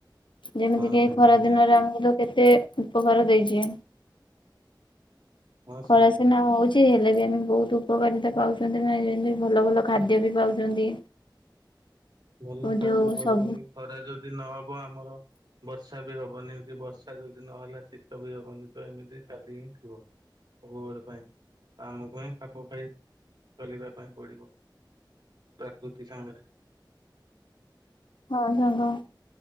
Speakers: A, on the left; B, on the right.
A: ଯେମିତି
B: ହଁ
A: କି ଏଇ
B: ସାଙ୍ଗ
A: ଖରା
B: ନିହାତି
A: ଦିନରେ ଆମକୁ ତ କେତେ ଉପକାର ଦେଇଚି
B: ହଁ
A: ଖରା
B: ସାଙ୍ଗ।
A: ସିନା ହଉଚି କି ହେଲେ ବି ଆମେ ବହୁତ ଉପକାରିତା ପାଉଛନ୍ତି ନା ଯେମିତି ଭଲ ଭଲ ଖାଦ୍ୟ ବି ପାଉଛନ୍ତି।
B: ଭଲ
A: ଓ
B: ଖାଦ୍ୟ
A: ଯୋଉ
B: ପାଉଛନ୍ତି
A: ସବୁ
B: ଖରା ଯଦି ନହବ ଆମର ବର୍ଷା ବି ହବନି କି ବର୍ଷା ଯଦି ନହେଲା ଶୀତ ବି ହବନି ତ ଏମିତି ଚାଲି ହିଁ ଥିବ। ପଳ ପାଇଁ ତାମକୁ ହିଁ ଖାଫଖାଇ ଚାଲିବା ପାଇଁ ପଡିବ। ପ୍ରାକୃତି ସାଙ୍ଗରେ।
A: ହଁ ସାଙ୍ଗ